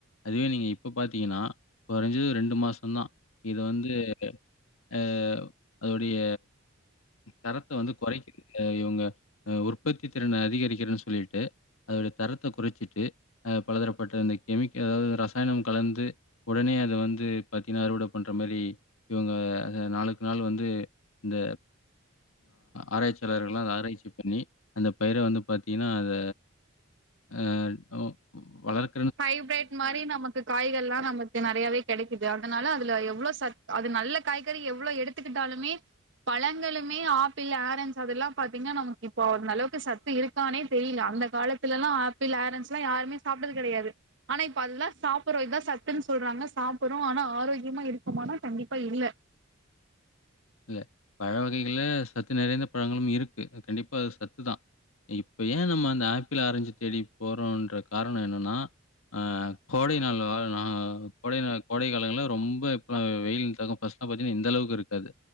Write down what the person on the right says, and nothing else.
ஹைப்ரேட் மாரி நமக்கு காய்கள்ல்லா நமக் நிறையாவே கெடைக்குது அதனால அதுல எவ்ளோ சத் அது நல்ல காய்கறி எவ்ளோ எடுத்துக்கிட்டாலுமே பழங்களுமே ஆப்பிள் ஆரஞ்ச் அதெல்லா பாத்தீங்கன்னா நமக்கு இப்போ அந்தளவுக்கு சத்து இருக்கானே தெரியல அந்த காலத்துலலா ஆப்பிள் ஆரஞ்ச்ல்லா யாருமே சாப்ட்டது கெடையாது ஆனா இப்ப அதல்லா சாப்பிட்றோ இத்தா சத்துன்னு சொல்றாங்க சாப்பிட்றோ ஆனா ஆரோக்கியமா இருக்குமானா கண்டிப்பா இல்ல